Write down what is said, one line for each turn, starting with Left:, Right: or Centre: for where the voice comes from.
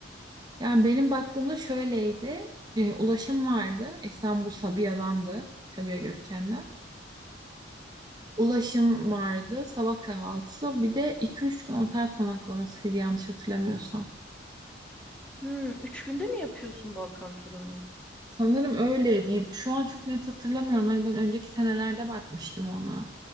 Right: Yani benim baktığımda şöyleydi. Ee, ulaşım vardı. İstanbul Sabiha'dandı. Sabiha Gökçen'den. Ulaşım vardı. Sabah kahvaltısı. Bir de 2-3 gün otel konaklamasıydı yanlış hatırlamıyorsam.
Centre: Hmm, üç günde mi yapıyorsun Balkan turunu?
Right: Sanırım öyleydi. Şu an çok net hatırlamıyorum. Hani ben önceki senelerde bakmıştım ona.